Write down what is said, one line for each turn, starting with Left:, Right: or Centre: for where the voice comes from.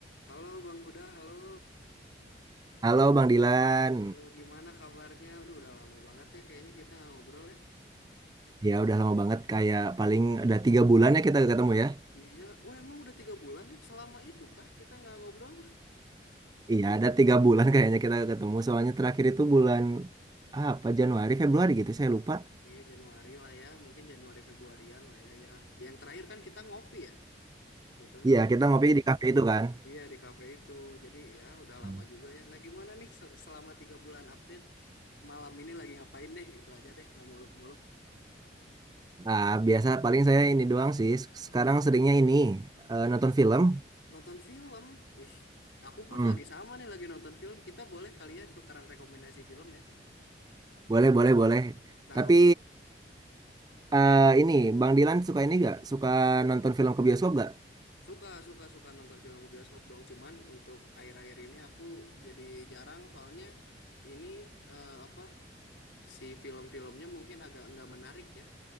Left: Halo Bang Huda, halo.
Right: Halo Bang Dilan,
Left: Aduh, gimana kabarnya? Aduh, udah lama banget ya kayaknya kita nggak ngobrol ya.
Right: ya udah lama banget kayak paling ada tiga bulan ya kita ketemu ya.
Left: Iya, wah emang udah tiga bulan ya? Selama itu kah kita nggak ngobrol?
Right: Iya ada tiga bulan kayaknya kita ketemu soalnya terakhir itu bulan apa Januari Februari gitu saya lupa.
Left: Iya, Januari lah ya. Mungkin Januari Februarian lah ya. Ya, yang terakhir kan kita ngopi ya, jatuhnya.
Right: Iya
Left: ya?
Right: kita ngopi di kafe itu kan.
Left: Iya, di kafe itu. Jadi ya udah
Right: Hmm.
Left: lama juga ya. Nah, gimana nih se- selama tiga bulan update? Malam ini lagi ngapain deh? Itu aja deh, nggak muluk-muluk.
Right: Nah biasa paling saya ini doang sih. Sekarang seringnya ini eh, nonton film.
Left: Nonton film. Wih, aku pun
Right: Hmm,
Left: lagi sama nih lagi nonton film. Kita boleh kali ya tukaran rekomendasi film ya.
Right: boleh boleh boleh.
Left: Nah,
Right: Tapi eh, ini Bang Dilan suka ini gak? Suka nonton film ke bioskop gak?
Left: Suka, suka, suka nonton film ke bioskop dong. Cuman untuk akhir-akhir ini aku jadi jarang soalnya ini eh, apa si film-filmnya mungkin agak nggak menarik ya